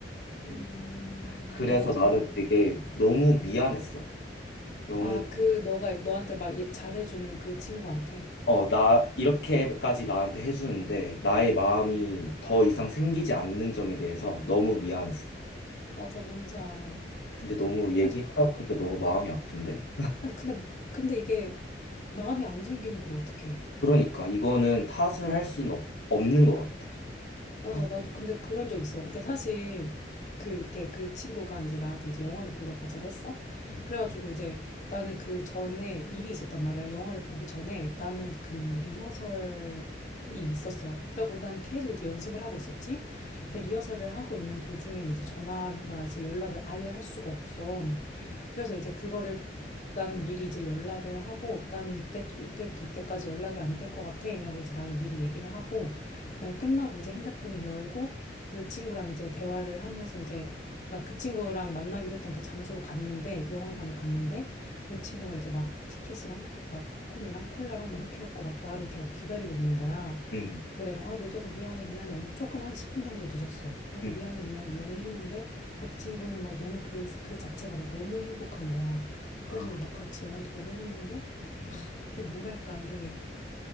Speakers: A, on the left; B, on the left.
A: 음,
B: 그래서
A: 맞아.
B: 나는 되게 너무 미안했어. 너무
A: 아, 그, 너가, 너한테 막 얘- 잘해주는 그 친구한테.
B: 어, 나, 이렇게까지 나한테 해주는데, 나의 마음이 더 이상 생기지 않는 점에 대해서 너무 미안했어.
A: 맞아, 뭔지 알아.
B: 근데 너무 얘기하다
A: 아니,
B: 보니까 너무 마음이 아픈데?
A: 아니, 근데, 근데 이게 마음이 안 생기는 걸 어떡해.
B: 그러니까, 이거는 탓을 할 수는 없, 없는 것 같아.
A: 맞아.
B: 탓.
A: 나도 근데 그런 적 있어. 이게 사실 그, 이렇게 그 친구가 이제 나한테 이제 영화를 보러 가자고 했어.
B: 음,
A: 그래가지고 이제 나는 그 전에 일이 있었단 말이야. 영화를 보기 전에 나는 그 리허설이 있었어. 그리고 난 계속 이제 연습을 하고 있었지.
B: 음,
A: 근데 리허설을 하고 있는 도중엔 이제 전화나 이제 연락을 아예 할 수가 없어.
B: 음,
A: 그래서 이제 그거를 나는 미리 이제 연락을 하고 나는 이때 또 이때부터 이때까지 연락이 안될 것 같아 라고 이제 나는 미리 얘기를 하고
B: 음,
A: 그다음에 끝나고 이제 핸드폰을 열고 그 친구랑 이제 대화를 하면서 이제 그러니까 그 친구랑 만나기로 했던 그 장소로 갔는데 영화관에
B: 음,
A: 갔는데 그 친구가 이제 막 티켓이랑 막 팝콘이랑 콜라랑 막 이렇게 해갖고 막 나를 이렇게 막 기다리고 있는 거야.
B: 음,
A: 뭐 내가 아 늦어서 미안해 미안해 엄- 조금 한 10분 정도 늦었어 그리고
B: 음.
A: 미안해 미안해 미안해 했는데 막 그 친구는 막 너무 그, 그 자체가 막 너무 행복한 거야
B: 아,
A: 그래서 이제 막 같이 영화도 보고 했는데
B: 음,
A: 이게 뭐랄까 이게